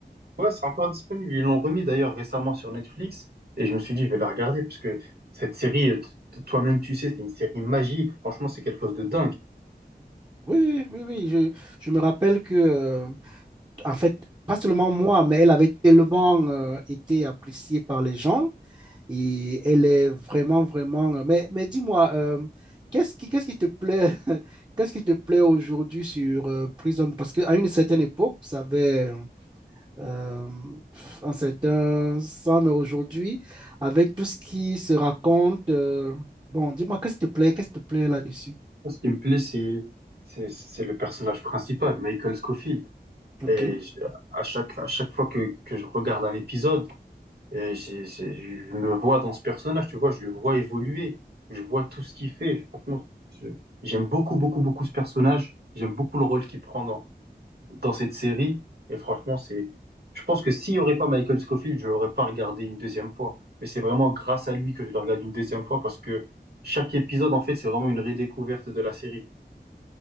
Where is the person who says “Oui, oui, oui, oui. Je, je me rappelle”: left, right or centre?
Right